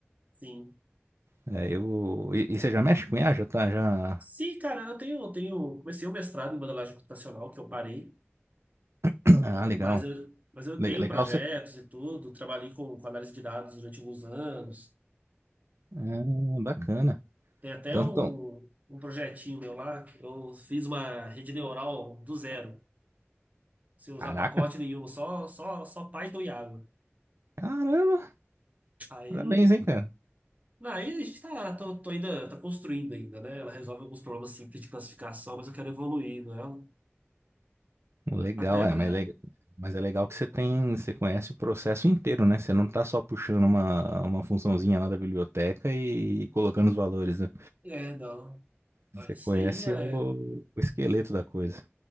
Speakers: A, on the right; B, on the right.
A: Sim.
B: É, eu... e, e você já mexe com IA? Já tá, já.
A: Sim, cara, eu tenho, eu tenho, comecei o mestrado em modelagem computacional, que eu parei.
B: <clears throat> Ah, legal.
A: Mas eu, mas eu
B: Le-
A: tenho
B: Legal
A: projetos
B: você.
A: e tudo, trabalhei com, com análise de dados durante alguns anos.
B: Ah, bacana.
A: Tem até
B: Então,
A: um,
B: então,
A: um projetinho meu lá, que eu fiz uma rede neural do zero, sem usar
B: caraca,
A: pacote nenhum, só, só, só Python e água.
B: caramba,
A: Aí,
B: parabéns, hein, cara.
A: não, aí a gente tá, tô, tô ainda, tá construindo ainda, né? Ela resolve alguns problemas simples de classificação, mas eu quero evoluir, não é?
B: Legal,
A: Até
B: é,
A: pra...
B: mas, le- mas é legal que você tem, você conhece o processo inteiro, né? Você não tá só puxando uma, uma funçãozinha lá da biblioteca e colocando os valores, né?
A: É, não.
B: Você
A: Isso
B: conhece
A: aí é...
B: o, o esqueleto da coisa.